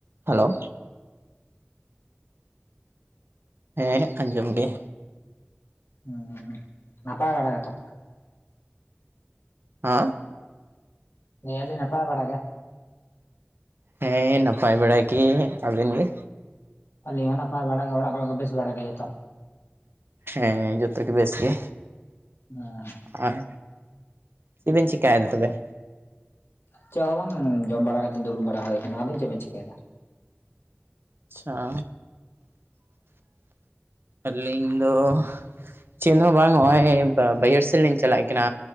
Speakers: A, on the right (about 70°); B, on the left (about 90°).
A: Hello ᱦᱮᱸ ᱟᱸᱡᱚᱢ ᱜᱮ,
B: ᱦᱩᱸ ᱱᱟᱯᱟᱭ ᱵᱟᱲᱟ ᱜᱮ ᱛᱚ?
A: ᱟᱸᱻ
B: ᱞᱟᱹᱭ ᱟ ᱞᱹᱤᱧ ᱱᱟᱯᱟᱭ ᱵᱟᱲᱟ ᱜᱮ?
A: ᱦᱮᱸ ᱱᱟᱯᱟᱭ ᱵᱟᱲᱟ ᱜᱮ ᱟᱵᱮᱱ ᱜᱮ?
B: ᱟᱹᱞᱤᱧ ᱦᱚᱸ ᱱᱟᱯᱟᱭ ᱵᱟᱲ ᱜᱮ ᱚᱲᱟᱜ ᱠᱚᱨᱮ ᱫᱚ ᱵᱮᱥ ᱵᱟᱲᱟᱜ ᱜᱮ ᱡᱚᱛᱚ?
A: ᱦᱮᱸ ᱡᱚᱛᱚ ᱜᱮ ᱵᱮᱥ ᱜᱮ,
B: ᱦᱮᱸ
A: ᱟᱨ ᱪᱮᱫᱵᱤᱱ ᱪᱤᱠᱟᱭᱫᱟ ᱛᱚᱵᱮ?
B: ᱪᱮᱫ ᱦᱚᱸ ᱵᱟᱝ ᱡᱚᱢ ᱵᱟᱲᱟ ᱠᱟᱛᱮᱫ ᱫᱩᱲᱩᱵ ᱵᱟᱲᱟ ᱦᱩᱭ ᱟᱠᱟᱱᱟ ᱟᱵᱤᱱ ᱪᱮᱫ ᱵᱤᱱ ᱪᱤᱠᱟᱹᱭ ᱫᱟ?
A: ᱟᱪᱪᱷᱟ ᱟᱹᱞᱤᱧ ᱫᱚᱼᱼ ᱪᱮᱫ ᱦᱚᱸ ᱵᱟᱝ ᱱᱚᱜᱼᱚᱭ ᱵᱟᱹᱭᱦᱟᱹᱲ ᱥᱮᱫ ᱞᱤᱧ ᱪᱟᱞᱟᱜ ᱠᱟᱱᱟ